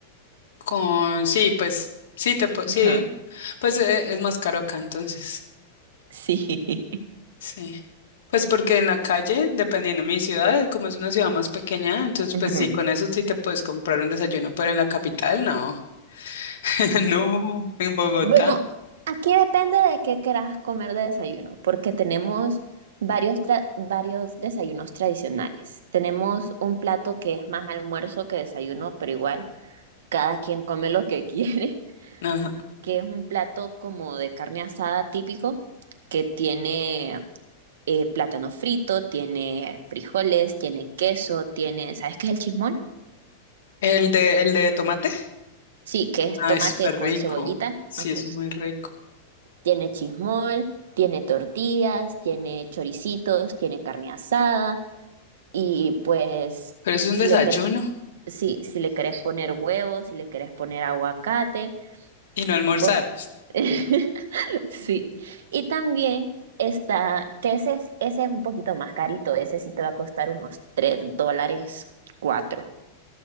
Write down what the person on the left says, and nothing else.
Con, sí, pues, sí, te, po-
sí. Pues eh, es más caro acá entonces.
Sí. Pues porque en la calle, dependiendo de mi ciudad, eh, como es una ciudad más pequeña, entonces
pues sí, con eso sí te puedes comprar un desayuno, pero en la capital no. <laughs> No, en Bogotá.
Ajá.
El de, el de tomate.
Ah,
es súper
rico.
Sí,
eso es muy rico.
Pero eso es
un desayuno
y no almorzar.